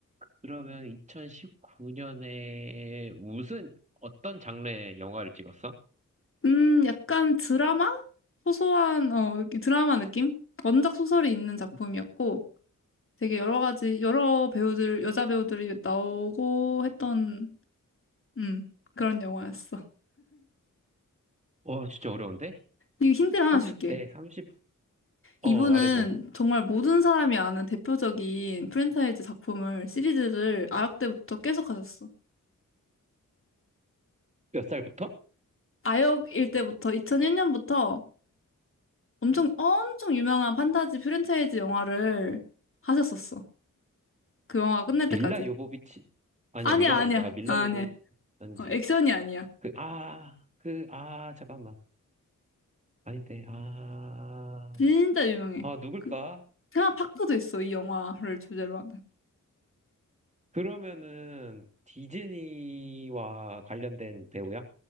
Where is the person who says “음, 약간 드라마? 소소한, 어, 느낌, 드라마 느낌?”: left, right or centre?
Left